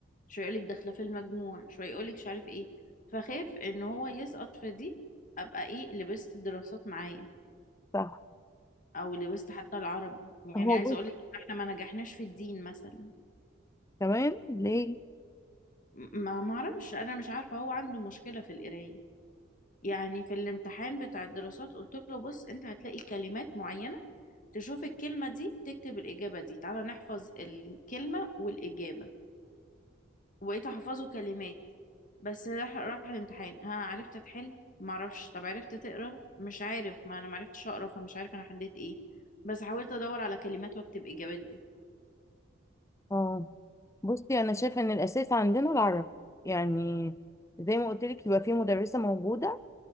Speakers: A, on the left; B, on the left.
A: شوية يقولك داخلة في المجموع شوية يقولك مش عارف ايه فخاف ان هو يسقط في دي ابقى ايه لبست دراسات معايا
B: صح
A: او لبست حتى العربي
B: هو
A: يعني عايزة
B: بص
A: اقولك احنا ما نجحناش في الدين مثلا
B: كمان ليه
A: م- ما معرفش انا مش عارفة هو عنده مشكلة في القراية يعني في الامتحان بتاع الدراسات قلت له بص انت هتلاقي كلمات معينة تشوف الكلمة دي تكتب الإجابة دي تعالى نحفظ الكلمة والإجابة وبقيت أحفظه كلمات بس راح راح الامتحان ها عرفت تحل معرفش طب عرفت تقرا مش عارف ما انا معرفتش اقرا فمش عارف انا حليت ايه بس حاولت ادور على كلمات واكتب اجابات دي
B: اه بصي انا شايفه ان الاساس عندنا العربي يعني زي ما قلت لك يبقى في مدرسه موجوده